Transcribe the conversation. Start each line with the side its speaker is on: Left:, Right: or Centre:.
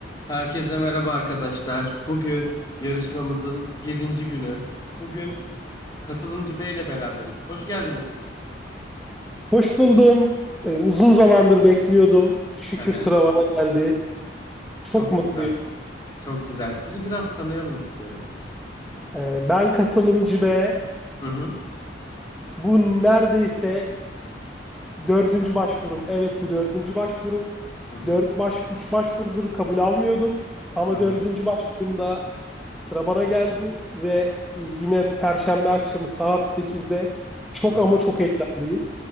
Left: Herkese merhaba arkadaşlar. Bugün yarışmamızın yedinci günü. Bugün katılımcı Bey ile beraberiz. Hoş geldiniz.
Centre: Hoş buldum. Ee, uzun zamandır bekliyordum. Şükür
Left: He he.
Centre: sıra bana geldi. Çok
Left: Çok
Centre: mutluyum.
Left: güzel. Çok güzel. Sizi biraz tanıyalım istiyorum.
Centre: Ee, ben katılımcı B.
Left: Hı hı.
Centre: Bu neredeyse dördüncü başvurum. Evet bu dördüncü başvurum.
Left: Hı hı.
Centre: Dört baş, üç başvurudur kabul almıyordum. Ama
Left: Hı hı.
Centre: dördüncü başvurumda sıra bana geldi ve e, yine Perşembe akşamı saat sekizde. çok
Left: Hı hı.
Centre: ama çok heyecanlıyım.